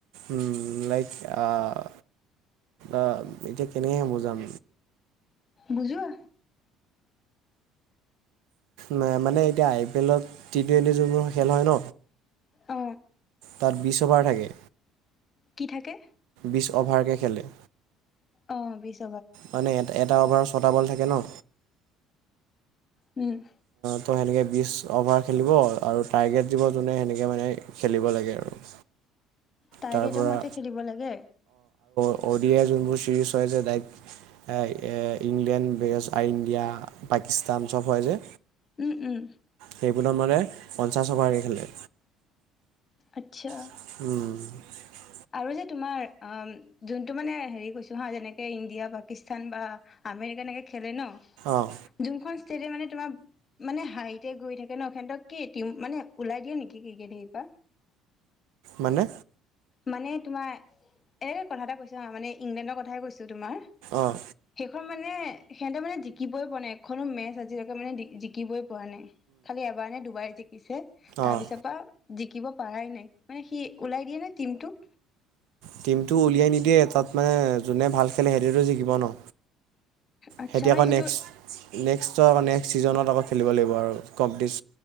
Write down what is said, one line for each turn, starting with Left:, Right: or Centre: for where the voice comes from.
Right: উম লাইক আহ। আহ এতিয়া কেনেকে বুজাম?
Left: বুজোৱা
Right: নে মানে এতিয়া আই পি এলত টি টুৱেণ্টি চলিছে। খেল হয় ন
Left: অ
Right: তাত বিছ অভাৰ থাকে।
Left: কি থাকে?
Right: বিশছ অভাৰ কে খেলে
Left: অ বিশছ।
Right: মানে এ এটা অভাৰ ছটা বল থাকে ন।
Left: উম
Right: তো সেনেকে বিশছ অভাৰ খেলিব, আৰু টাৰ্গেট দিব যোনে সেনেকে মানে খেলিব লাগে আৰু।
Left: তাৰগেটৰ
Right: তাৰপৰা
Left: মতে খেলিব লাগে।
Right: অ'ডি আই যোনবোৰ ছিৰিজ হয় যে, ডাইৰেক্ট ইংলেণ্ড বিৰেজ, ইণ্ডিয়া, পাকিস্তান চব হয় যে।
Left: উম উম
Right: সেইবোৰত মানে পঞ্চাশ অভাৰকে খেলে।
Left: আচ্ছা
Right: উম
Left: আৰু যে তোমাৰ অ যোনটো মানে হেৰি কৈছো হা যেনেকে ইণ্ডিয়া, পাকিস্তান বা আমেৰিকা এনেকে খেলে ন
Right: অঁ
Left: যোনখন তেতিয়া মানে তোমাৰ মানে হাৰিতে গৈ থাকে ন, এসেতক কি মানে ওলাই দিয়ে নেকি ক্ৰিকেটৰ পৰা?
Right: মানে?
Left: মানে তোমাৰ এনেকে কথা এটা কৈছো হা, মানে ইংলেণ্ডৰ কথায়ে কৈছো তোমাৰ
Right: অঁ
Left: হে খন মানে সিহতে মানে জিকিবই পোৱা নাই। এখনো মেচ আজিলৈকে মানে জিকিবই পোৱা নাই। পোৱা নাই খালি এবাৰ নে দুবাৰ জিকিব জিকিছে তাৰ
Right: অঁ
Left: পিছৰ আ জিকিব পাৰাই নাই। মানে সি ওলাই দিয়ে নে? টিমটোক
Right: টিমটো উলিয়াই নিদিয়ে তাত মানে যোনে ভাল খেলে সেইটোৱেতো জিকিব ন
Left: আচ্ছা
Right: সেহেতি
Left: মানে
Right: আকৌ
Left: সেইটো
Right: নেক্স, নেক্সটৰ, নেক্সট ছিজনত আকৌ খেলিব লাগিব আৰু কবডিচ।